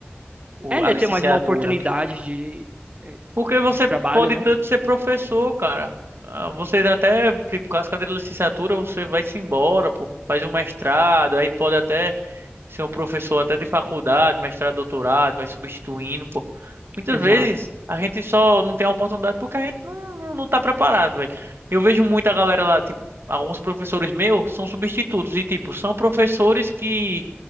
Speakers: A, on the right; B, on the right.
A: o-
B: É, né?
A: a licenciatura.
B: Ter mais uma oportunidade de, é,
A: Porque você
B: de trabalho,
A: pode
B: né?
A: tanto ser professor, cara. Ah, Você até, tipo, com as cadeiras de licenciatura, você vai-se embora, pô. Faz um mestrado, aí pode até ser um professor até de faculdade, mestrado, doutorado, vai substituindo, pô. Muitas
B: Exato.
A: vezes a gente só não tem a oportunidade porque a gente não, não, não tá preparado, velho. Eu vejo muita galera lá, tipo, alguns professores meus são substitutos e, tipo, são professores que...